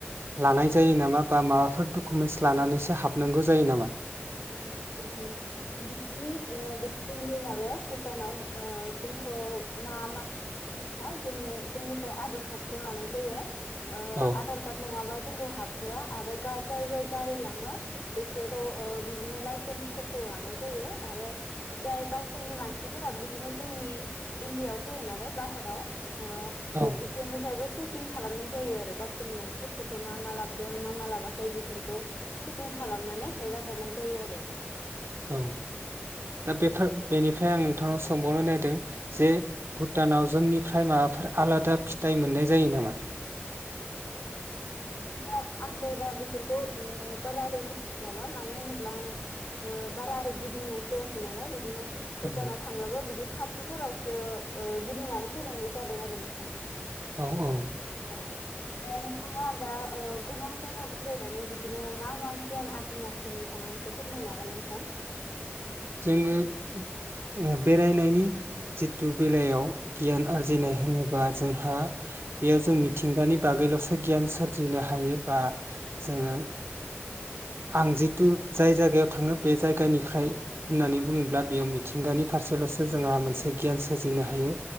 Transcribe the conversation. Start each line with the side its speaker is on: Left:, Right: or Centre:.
Right: लानाय जायो नामा बा माबाफोर डकुमेन्स लानानैसो हाबनांगौ जायो नामा!
Left: <unintelligible> बिसोरनि माबायाव भुटानाव जोंखौ मा मा <unintelligible> जोंनो जोंनिफ्राय आधार कार्डखौ लानाय जायो। ओ
Right: औ
Left: आधार कार्ड नङाबा जोंखौ हाबहोआ। आरो गा जाय जाय गारि लाङो बिसोरखौ बिदिनो लाइसेन्सफोरखौ लानाय जायो आरो जाय गावसोरनि मानसिफोरा बिदिनो जोंनि इण्डियाआव फैयो नालाय बाहेर हेल'। <unintelligible>
Right: औ
Left: बिसोरनिफ्रायबो <unintelligible> चेकिं खालामनाय जायो आरो गावसोरनि मानसिफोरखौबो मा मा लाबोदों मा मा लाबाखै बेफोरखौ चेकिं खालामनानै हेंगार हरनाय जायो आरो।
Right: औ दा बेफोर बेनिफ्राय आं। <unintelligible> थांनाव सोंबावनो नायदों। जे भुटानाव जोंनिफ्रा <unintelligible> माबाफोर आलादा फिथाइ मोननाय जायो नामा।
Left: <unintelligible> बिदिनो आंथ' दा बेफोरखौ बारा आरै मिथिस्लाबा मानो होनोब्ला आं बारा आरै गिदिंना जायाखै नालाय बिदिनो।
Right: औ
Left: भुटानाव थांब्लाबो बिदि खाथिफोरावसो ओ गिदिंनानै फैनाय जादों आरो। <unintelligible>
Right: औ औ।
Left: औ ओ नोंथांङा दा ओ। गोबां जायगा बेरायनानै बिदिनो मा मा गियान आरजिनो हाखो नोंथाङा एसे फोरमायनो हागोनना नोंथां।
Right: जोङो ओ बेरायनायनि जिथु बेलायाव। गियान आरजि
Left: औ
Right: नायहोनोबा। जोंहा। बेयाव जों
Left: औ
Right: मिथिंगानि बागैलसो गियान सोरजिनो हायो बा जोंङो आं जितु जाय जायगायाव थांङो बे जायगानिफ्राय होननानै बुंङोब्ला बेयाव मिथिंगानि फारसेलसो जोंहा मोनसे गियान सोरजिनो हायो